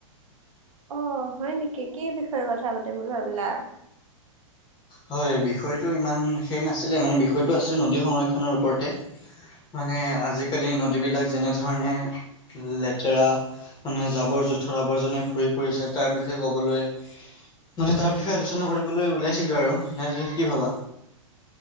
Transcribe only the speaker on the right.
অ', হয় নেকি? কি কি বিষয়ে কথা পা বুলি ভাবিলা।